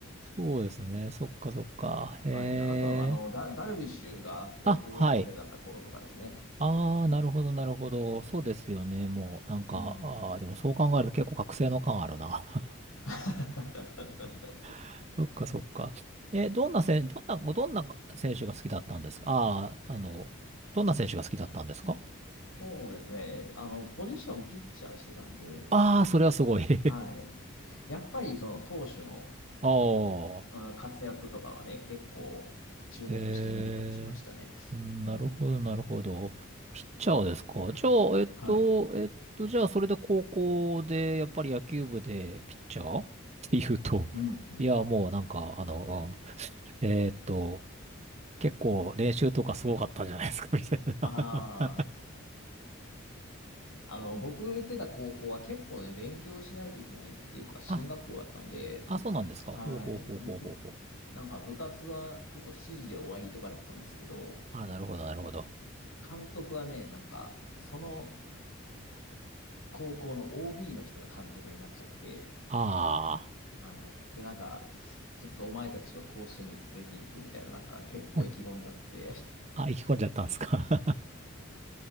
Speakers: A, on the right (about 30°); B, on the left (about 70°).
A: そうですね、そっかそっか。へえ。
B: はい。あとは、あの、ダ、ダルビッシュが高校生だった頃とかですね。
A: あ、はい。ああ、なるほど、なるほど。そうですよね、もう、なんか、
B: うん。
A: ああ、でもそう考えると結構覚醒の感あるな。
B: <laughs>
A: <laughs> そっかそっか。え、どんなせん、どんな、どんな選手が好きだったんですかああー、あの、どんな選手が好きだったんですか
B: そうですね。あの、ポジションピッチャーをしてたんで、
A: ああ、それはすごい。<laughs>
B: はい。やっぱりその投手の、
A: ああ、
B: うん活躍とかはね、結構注目して見てたりしましたね。
A: へえ、なるほど、
B: うん。
A: なるほど。ピッチャーですか。じゃあ、えっと、
B: はい。
A: えっと、じゃあ、それで高校で、やっぱり野球部でピッチャーって言うと、
B: うん、うん。
A: いや、もうなんか、あの、うんえっと、結構練習とかすごかったんじゃないですか、<laughs> みたい
B: ああ。
A: な。
B: あの、僕行ってた高校は結構ね、勉強しないといけないっていうか、進学校だったんで、
A: <laughs> あ、あ、そうなんですか。
B: はい。
A: ほうほうほうほうほうほう。
B: ううなんか部活は結構7時で終わりとかだったんですけど、
A: ああ、なるほど、なるほど。
B: 監督はね、なんか、その高校の OB の人が監督になっちゃって、
A: あ
B: はい。で、なんか、ちょっとお前たちを甲子園に連れて行くみたいな、なんか結構意気込んじゃって、
A: あ、
B: <laughs>
A: あ、行き込んじゃったんですか。<laughs>